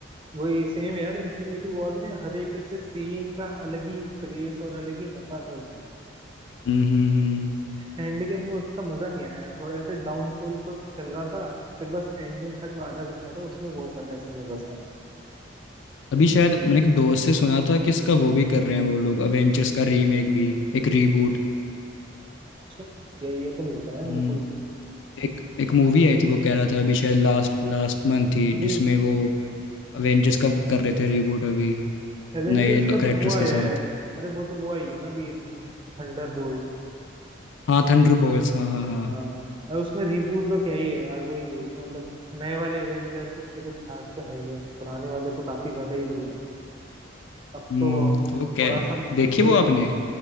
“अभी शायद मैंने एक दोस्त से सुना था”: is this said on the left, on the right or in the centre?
Left